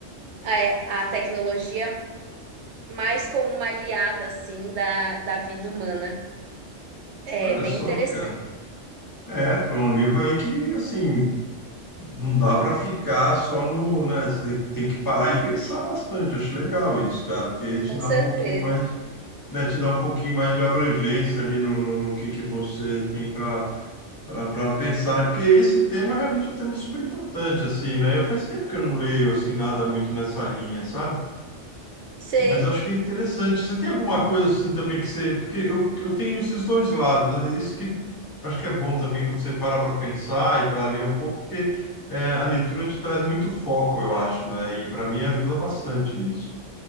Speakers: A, on the right; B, on the left.
A: a, a tecnologia mais como uma aliada assim da, da vida humana. É
B: Olha
A: bem
B: só,
A: interessante.
B: cara. É, foi um livro aí que, assim, Não dá para ficar só no, né? Você tem, tem que parar e pensar bastante. Acho legal isso, cara, porque aí te
A: Com
B: dá
A: certeza.
B: um pouquinho mais, né? Te dá um pouquinho mais de abrangência ali no, no, no que, que você tem para para pensar, né? Porque esse tema realmente é um tema super importante, assim, né? Eu faz tempo que eu não leio assim nada muito nessa linha, sabe?
A: Sei,
B: Mas eu acho que é interessante. Você tem alguma coisa assim também que você. Porque eu, eu tenho esses dois lados. É isso que acho que é bom também quando você para para pensar e para ler um pouco, porque é, a leitura te traz muito foco, eu acho, né? E para mim ajuda bastante nisso.